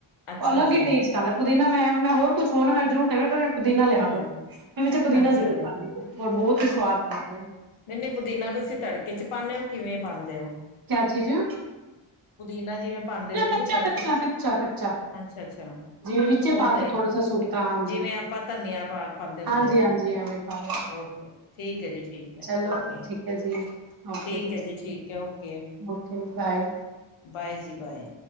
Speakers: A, on the left (about 90°); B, on the right (about 45°).
A: ਅੱਛਾ
B: ਔ ਅਲਗ
A: ਜੀ
B: ਹੀ ਟੇਸਟ ਆਂਦਾ ਪੁਦੀਨਾ ਮੈਂ ਮੈਂ ਹੋਰ ਕੁਛ ਹੋਰ ਨਾ ਮੈਂ ਜ਼ਰੂਰ ਕਰ ਮ ਪੁਦੀਨਾ ਲਿਆ
A: ਹੂੰ
B: ਦੋ, ਮੈਂ ਵਿੱਚ ਪੁਦੀਨਾ
A: ਅੱਛਾ
B: ਜ਼ਰੂਰ
A: ਜੀ
B: ਪਾਉਦੀ ਹਾਂ ਰ ਬਹੁਤ ਹੀ ਸਵਾਦ ਬਣਦਾ ਹੈ
A: ਨਹੀਂ ਨਹੀ ਪੁਦੀਨਾ ਤੁਸੀਂ ਤੜਕੇ ਚ ਪਾਉਂਨੇ ਹੋ ਕਿਵੇਂ ਪਾਉਂਦੇ ਹੋ
B: ਕਿਆ ਚੀਜ਼ ਹੈ
A: ਪੁਦੀਨਾ ਜਿਵੇਂ ਪਾਂਦੇ ਹੋ ਤੁਸੀਂ
B: ਕੱਚਾ-ਕੱਚਾ,
A: ਤੜਕੇ ਚ,
B: ਕੱਚਾ-ਕੱਚਾ
A: ਅੱਛਾ ਅੱਛਾ
B: ਜਿਵੇਂ ਵਿੱਚੇ
A: ਓਦਾਂ
B: ਪਾ ਤਾ
A: ਹੀ,
B: ਥੋੜਾ ਸਾ ਸੁੱਟ ਤਾ ਹਾਂਜੀ,
A: ਜਿਵੇਂ ਆਪਾਂ ਧਨੀਆ ਪਾ ਪਾਉਦੇ ਹੁੰਦੇ
B: ਹਾਂਜੀ-ਹਾਂਜੀ
A: ਆ
B: ਐਵੇਂ ਪਾ ਲਿਆ।
A: ਓਕੇ। ਠੀਕ ਹੈ ਜੀ ਠੀਕ ਹੈ,
B: ਚਲੋ
A: ਓਕੇ
B: ਠੀਕ ਐ ਜੀ ਓਕੇ
A: ਠੀਕ ਹੈ ਜੀ ਠੀਕ ਹੈ ਓਕੇ।
B: Okay bye.
A: ਬਾਏ ਜੀ ਬਾਏ।